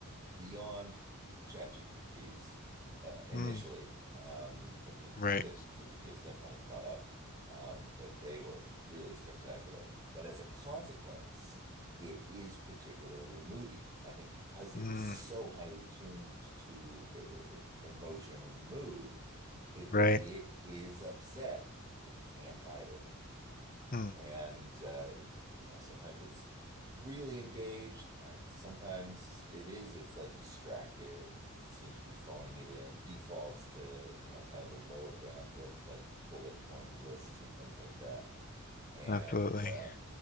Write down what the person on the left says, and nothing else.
Mm,
right.
Mm,
right.
Mm,
absolutely.